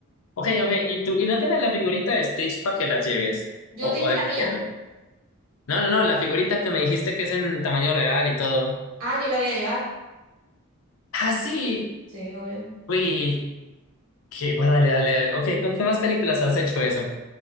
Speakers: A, on the left; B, on the right.
A: Ok, ok, ¿y tú? ¿Y no tienes la figurita de Stitch para que la lleves?
B: Yo
A: O,
B: tengo
A: o de
B: la
A: Maquiavelo?
B: mía.
A: No, no, no, la figurita que me dijiste que es en tamaño real y todo.
B: Ah, yo la voy a llevar.
A: Ah, sí.
B: Sí, obvio.
A: Uy, qué, bueno, dale, dale, dale. Ok, ¿con qué más películas has hecho eso?